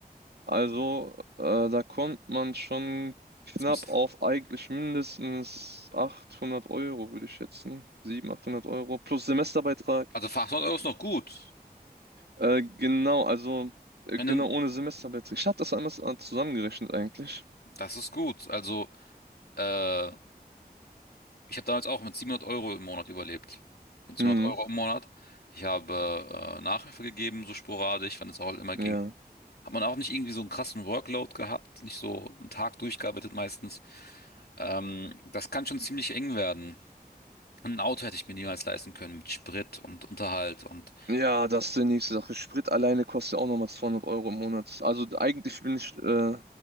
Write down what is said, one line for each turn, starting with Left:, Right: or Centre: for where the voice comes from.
Right: Also, äh, da kommt man schon knapp
Left: das muss,
Right: auf eigentlich mindestens 800 Euro, würde ich schätzen. 700, 800 Euro plus Semesterbeitrag.
Left: also für 800 Euro ist noch gut.
Right: Äh, genau, also, äh,
Left: Ich meine,
Right: genau ohne Semesterbeitrag. Ich habe das einmal s- zusammengerechnet eigentlich.
Left: das ist gut. Also, äh, ich habe damals auch mit 700 Euro im Monat überlebt. Mit 700
Right: Mhm,
Left: Euro im Monat. Ich habe äh, Nachhilfe gegeben, so sporadisch, wenn es auch immer ging.
Right: ja.
Left: Hat man auch nicht irgendwie so einen krassen Workload gehabt, nicht so einen Tag durchgearbeitet meistens. Ähm, das kann schon ziemlich eng werden. Ein Auto hätte ich mir niemals leisten können mit Sprit und Unterhalt und
Right: Ja, das ist die nächste Sache. Sprit alleine kostet ja auch nochmal 200 Euro im Monat. Also, eigentlich bin ich äh,